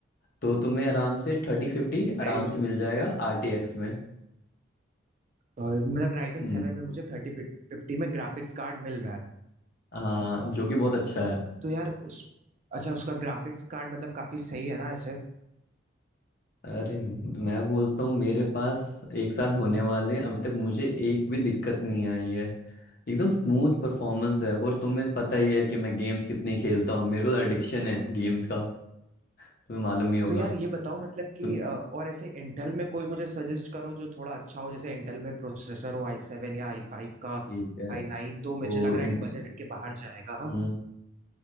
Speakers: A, on the left; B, on the right.
A: तो तुम्हें आराम से थर्टी फिफ्टी
B: ये भाई
A: आराम से मिल जाएगा आर टी एक्स में
B: और मतलब राइजन
A: हम्म
B: सेवन में मुझे थर्टी फिफ्टी में ग्राफिक्स कार्ड मिल रहा है
A: हाँ जो कि बहुत अच्छा है
B: तो यार उस अच्छा उसका ग्राफिक्स कार्ड मतलब काफी सही है ना ऐसे
A: अरे मैं बोलता हूँ मेरे पास एक साल होने वाले हैं अभी तक मुझे एक भी दिक्कत नहीं आई है एकदम स्मूथ परफॉर्मेंस है और तुम्हें पता ही है कि मैं गेम्स कितनी खेलता हूँ मेरे को एडिक्शन है गेम्स का तुम्हें मालूम ही होगा
B: तो यार ये बताओ मतलब कि
A: तुम
B: अ, और ऐसे इंटेल में कोई मुझे सजेस्ट करो जो थोड़ा अच्छा हो जैसे इंटेल में प्रोसेसर हो आई सेवन या आई फाइव का
A: ठीक है
B: आई नाइन
A: तो
B: तो मुझे लग रहा
A: इन,
B: है कि बजट के बाहर जाएगा
A: हम्म,